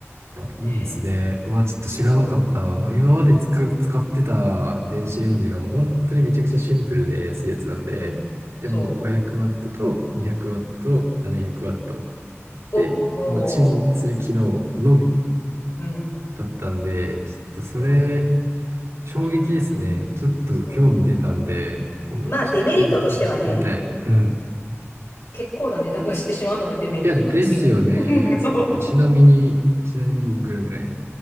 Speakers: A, on the right; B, on the left.
A: あいいですね。
B: ね。
A: うわ、ちょっと知らなかった。
B: でしょ
A: まあ、今までつく使ってた電子レンジがもう本当にめちゃくちゃシンプルで安いやつなんで、
B: でしょうん、うん。そ
A: でも 500W と 200W と 700W
B: う。
A: で、
B: お、
A: もうチンする機能のみ
B: おー、うん、
A: だったんで、ちょっとそれ、
B: そ
A: 衝撃ですね。
B: う、うん、
A: ちょっと興味出たんで、
B: そう。
A: 今度ちょっと検討してみたい。
B: まあ、デメリットとしてはね、
A: うん。
B: 結構な値段がしてしまうのがデメリットなんですけどね。
A: いや、ですよね。
B: <laughs> そう。
A: ちなみに、ちなみにいくらぐらい